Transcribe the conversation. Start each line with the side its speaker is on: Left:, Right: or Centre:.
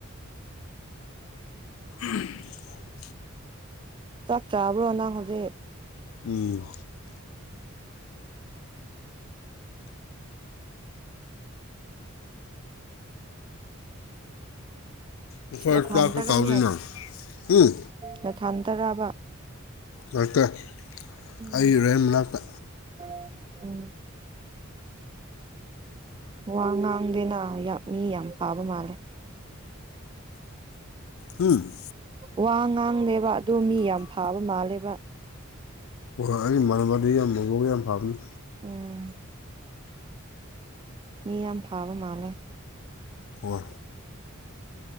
Left: <unintelligible>
Right: ꯆꯥꯛ ꯆꯥꯕ꯭ꯔꯣ ꯅꯪ ꯍꯧꯖꯤꯛ
Left: ꯎꯝ ꯑꯩꯈꯣꯏ
Right: ꯅꯊꯥ
Left: ꯆꯥꯛꯁꯨ
Right: ꯇꯔꯥꯅꯦ
Left: ꯀꯥꯎꯗꯣꯏꯅ ꯎꯝ
Right: ꯅꯊꯥ ꯇꯔꯥꯕ
Left: ꯗꯥꯛꯇꯔ
Right: ꯎꯝ
Left: ꯑꯩ ꯔꯣꯍꯅꯥꯛꯇ
Right: <inaudible> ꯋꯥ ꯉꯥꯡꯗꯦꯅ ꯃꯤ ꯌꯥꯝ ꯀꯥꯕ ꯃꯥꯜꯂꯦ
Left: ꯎꯝ
Right: ꯋꯥ ꯉꯥꯡꯅꯦꯕ ꯑꯗꯣ ꯃꯤ ꯌꯥꯝ ꯐꯥꯕ ꯃꯥꯜꯂꯦꯕ
Left: ꯍꯣꯏ ꯑꯩꯒꯤ ꯃꯥꯟꯅꯕꯗꯨ ꯌꯥꯝ ꯃꯒꯧꯒ ꯌꯥꯝ ꯐꯥꯕꯅꯤ
Right: ꯎꯝ ꯃꯤ ꯌꯥꯝ ꯐꯥꯕ ꯃꯥꯜꯂꯦ
Left: ꯍ